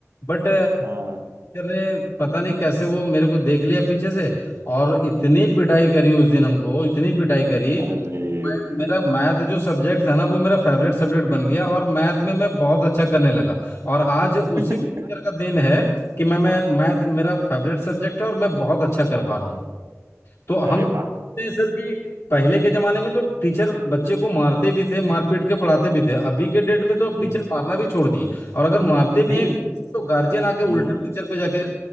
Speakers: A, on the left; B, on the right.
A: बट
B: हाँ
A: अरे पता नहीं कैसे वो मेरे को देख लिया पीछे से और इतनी पिटाई करी उस दिन हमको इतनी पिटाई करी
B: अरे
A: मैं मेरा मैथ जो सब्जेक्ट था ना वो मेरा फेवरेट सब्जेक्ट बन गया और मैथ में मैं बहुत अच्छा करने लगा और आज उसी
B: <laughs>
A: टीचर का दिन है कि मैं मैं मैथ मेरा फेवरेट सब्जेक्ट है और मैं बहुत अच्छा कर पा रहा हूँ तो हम
B: अरे वाह
A: ये सर कि पहले के जमाने में तो टीचर बच्चे को मारते भी थे मारपीट के पढ़ाते भी थे अभी के डेट में तो अब
B: हम्म
A: टीचर मारना भी छोड़ दिए और अगर मारते भी
B: नहीं
A: हैं तो गार्जियन आके उल्टा
B: हम्म
A: टीचर पे जाके